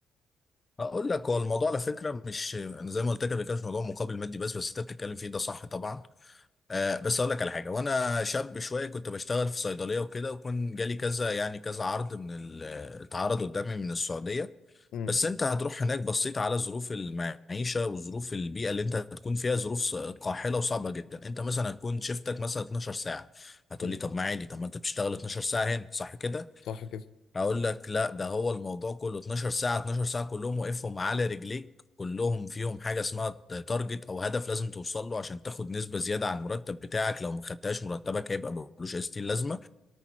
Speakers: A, on the left; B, on the left.
A: اقول لك هو الموضوع على فكرة مش انا زي ما قلت لك قبل كده مش موضوع مقابل مادي بس بس انت بتتكلم فيه ده صح طبعا آه بس اقول لك على حاجه وانا شاب شويه كنت بشتغل في صيدليه وكده وكان جالي كذا يعني كذا عرض من ال- اتعرض قدامي من السعوديه
B: امم
A: بس انت هتروح هناك بصيت على ظروف المعيشه وظروف البيئه اللي انت هتكون فيها ظروف ص- قاحله وصعبه جدا انت مثلا هتكون شيفتك مثلا 12 ساعه هتقول
B: امم
A: لي طب ما عادي طب ما انت بتشتغل 12 ساعه هنا صح كده
B: صح كده
A: اقول لك لا ده هو الموضوع كله 12 ساعة 12 ساعة كلهم واقفهم على رجليك كلهم فيهم حاجة اسمها تارجت او هدف لازم توصل له عشان تاخد نسبة زيادة على المرتب بتاعك لو ما خدتهاش مرتبك هيبقى ملوش اي ستين لازمة